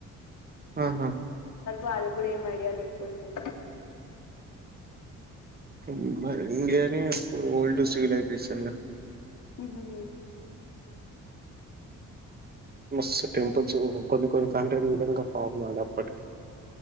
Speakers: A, on the right; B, on the left.
A: ఆహా
B: వాళ్ళ కూడా ఏం ఐడియా లేకుంటుంది
A: ఇంకా ఎవరు చేస్తున్రు ఓన్లీ <unintelligible>
B: హూ హు హు
A: మ టెంపుల్స్ కొన్ని కొన్ని కంట్రీల విధంగా <unintelligible> అప్పటికి